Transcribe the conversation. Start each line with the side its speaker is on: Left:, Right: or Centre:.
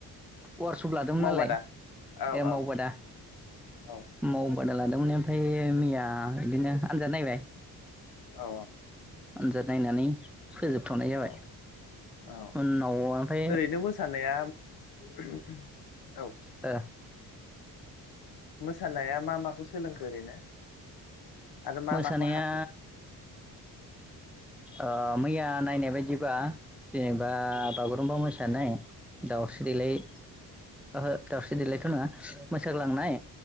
Centre: वार्कशप लादोंमोन
Left: मावबादा
Centre: नालाय
Left: औ
Centre: ए
Left: औ
Centre: मावबादा
Left: औ
Centre: माव अर्डार लादोंमोन ओमफाय मैया बिदिनो आन्जाद नायबाय।
Left: औ।
Centre: आन्जाद नायनानै फोजोबथनाय जाबाय
Left: औ औ
Centre: उनाव ओमफाय
Left: ओरैनो मोसानाया <unintelligible> औ।
Centre: ओ
Left: मोसानाया मा माखौ स सोलोंखो ओरैनो आरो मा
Centre: मोसानाया
Left: मा खौ हाखो?
Centre: ओ मैया नायनाय बायदिबा एम। बा बागुरुम्बा
Left: औ
Centre: मोसानाय दावस गोलै ओहो दावस्रि देलायथ' नङा मोसाग्लांनाय